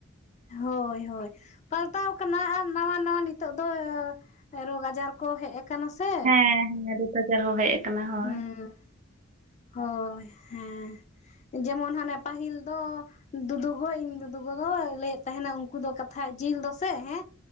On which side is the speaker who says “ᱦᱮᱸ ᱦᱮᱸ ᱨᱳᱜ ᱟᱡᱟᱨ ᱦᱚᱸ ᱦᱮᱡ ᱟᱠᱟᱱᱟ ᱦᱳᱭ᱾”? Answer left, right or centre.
Right